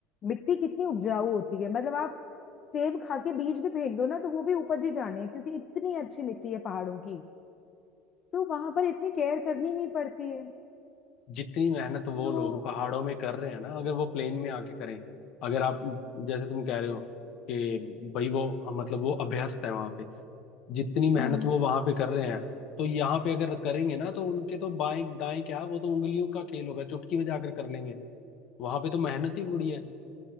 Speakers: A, on the left (about 45°); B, on the left (about 60°).
A: मिट्टी कितनी उपजाऊ होती है मतलब आप सेब खा के बीज भी फेंक दो ना तो वो भी उपज ही जाने हैं क्योंकि इतनी अच्छी मिट्टी है पहाड़ों की तो वहां पर इतनी केयर करनी नहीं पड़ती है
B: जितनी मेहनत वो
A: तो
B: लोग पहाड़ों में कर रहे हैं ना अगर वो प्लेन में आके करें अगर आप जैसे तुम कह रहे हो कि भाई वो मतलब वो अभ्यस्त है वहां पे जितनी मेहनत
A: हम्म
B: वो वहां पे कर रहे हैं तो यहाँ पे अगर करेंगे ना तो उनके तो बाएं दाएं क्या वो तो उंगलियों का खेल होगा चुटकी बजाकर कर लेंगे वहां पे तो मेहनत ही बड़ी है